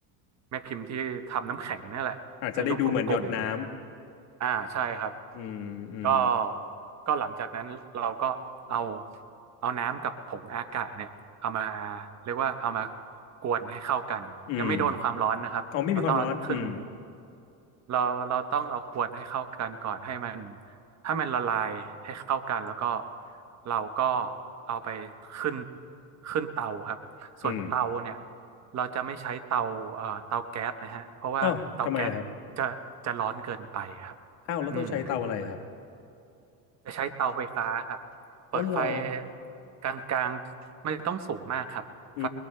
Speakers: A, on the right (about 40°); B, on the left (about 70°).
A: แม่พิมพ์ที่ทำน้ำแข็งนี่แหละเป็นรูปกลม
B: อาจจะได้ดูเหมือนหยดน้
A: ๆ อ่าใช่ครับ
B: อืมอืม
A: ก็ก็หลังจากนั้นเราก็เอาเอาน้ำกับผงอากาศเนี่ยเอามาเรียกว่าเอามากวนให้เข้ากันยังไม่โดนความร้อนนะครับเราต้องเอาขึ้น
B: อืมอ๋อไม่มีความร้อนอืม
A: เราเราต้องเอากวนให้เข้ากันก่อนให้มัน ให้มันละลายให้เข้ากันแล้วก็เราก็เอาไปขึ้นขึ้นเตาครับส่วนเตาเนี่ย
B: อืม
A: เราจะไม่ใช้เตาเอ่อเตาแก๊สนะฮะเพราะว่าเตาแก๊สจะจะร้อนเกินไปครับ
B: อ้าวทำไมอะครับอ้าวเราต้องใช้เตาอะไรครับ
A: อืมจะใช้เตาไฟฟ้าครับเปิดไฟ
B: อ๋อเหรอ
A: กลางๆไม่ต้องสูงมากครับไฟ
B: อื